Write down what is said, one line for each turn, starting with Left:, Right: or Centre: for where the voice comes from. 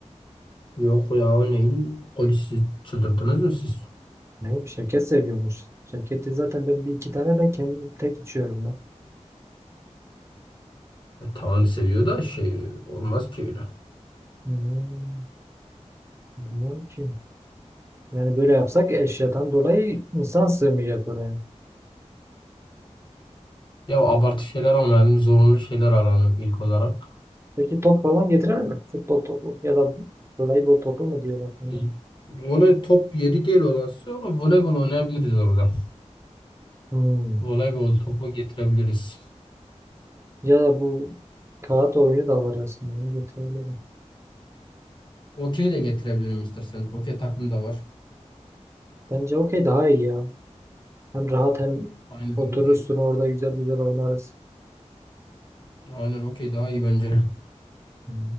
Left: Yok ya o neyin polisi çıldırdınız mı siz?
Right: Neyim Şevket seviyormuş. Şevket'i zaten ben bir iki tane ben kendim tek içiyorum ben.
Left: E, tamam seviyor da şey olmaz ki öyle.
Right: Hmm, bilmiyorum ki. Yani böyle yapsak eşyadan dolayı insan sığmayacak oraya.
Left: Ya abartı şeyler almayalım zorunlu şeyler alalım ilk olarak.
Right: Peki top falan getirir mi? Futbol topu ya da voleybol topu mu diyorlar buna?
Left: Hı. Voley top yeri değil olası ama voleybol oynayabiliriz orada.
Right: Hmm.
Left: Voleybol topu getirebiliriz.
Right: Ya da bu kağıt oyunu da var aslında onu getirebilirim.
Left: Okey de getirebilirim isterseniz. Okey takım da var.
Right: Bence okey daha iyi ya. Hem rahat hem
Left: Aynen
Right: oturursun
Left: okey.
Right: orada güzel güzel oynarız.
Left: Aynen okey daha iyi bence. <laughs>
Right: Hmm.